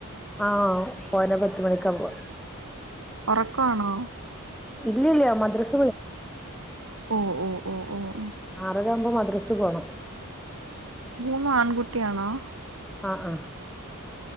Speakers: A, in the centre; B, on the right (about 70°).
A: ആ മോനെ പത്ത് മണിക്കാ പോവ
B: ഒറക്കാണോ
A: ഇല്ല ഇല്ല മദ്രസ
B: ഓ ഓ ഓ ഓ ഓ.
A: ആ ഏഴരാ ആവുമ്പോ മദ്രസ് പോണം
B: മൂന്ന് ആൺകുട്ടിയാണോ
A: ആ ആ